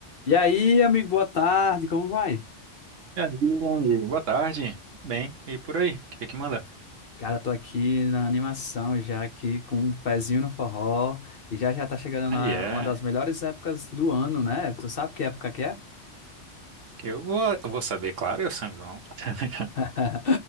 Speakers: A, on the left; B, on the right.
A: E aí, amigo, boa tarde, como vai?
B: E aí, Andy? boa tarde. Tudo Bem, e por aí? O que é que manda?
A: Cara, tô aqui na animação já aqui com um pezinho no forró e já já tá chegando
B: Aí
A: na
B: é.
A: uma das melhores épocas do ano, né? Tu sabe que época que é?
B: Eu vou, eu vou saber, claro, eu São João. <laughs>
A: <laughs>